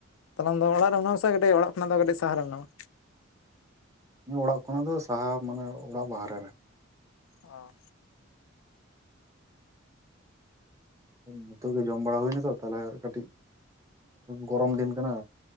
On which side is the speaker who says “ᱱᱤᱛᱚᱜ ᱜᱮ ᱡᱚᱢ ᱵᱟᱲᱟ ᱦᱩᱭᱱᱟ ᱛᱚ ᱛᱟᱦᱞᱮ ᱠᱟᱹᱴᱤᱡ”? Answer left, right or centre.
Right